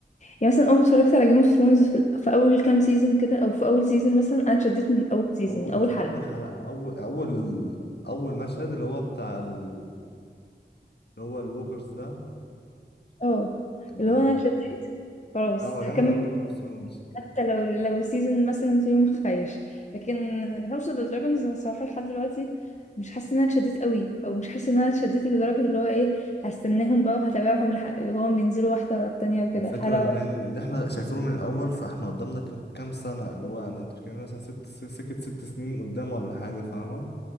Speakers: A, on the left; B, on the left.
A: يعني مثلا اول ما اتفرجت على جيم اوف ثرونز في, في اول كام سيزون كده او في اول سيزون مثلا انا اتشددت من اول سيزون
B: اول
A: من اول حلقه
B: اول حلقه اول اول اول مشهد اللي هو بتاع ال... اللي هو الووكرز ده
A: اه
B: الم...
A: اللي هو انا اتشتت خلاص
B: لا، هو
A: هكمل
B: جامد قوي جيم اوف ثرونز
A: حتى لو لو سيزون مثلا في يوم خايش لكن هاوس اوف ذا دراجونز انا الصراحه لحد دلوقتي مش حاسه ان انا اتشدت قوي او مش حاسه ان انا اتشدت لدرجه اللي هو ايه هستناهم بقى وهتابعهم لحق هو بينزلوا واحده ورا التانية وكده
B: الفكره
A: حلقه
B: ان
A: ورا-
B: ان احنا شايفينه من الاول فاحنا قدامنا ك... كام سنه اللي هو يعني انت بتتكلمي مثلا ست س- سكه ست سنين قدام ولا حاجه فاهمه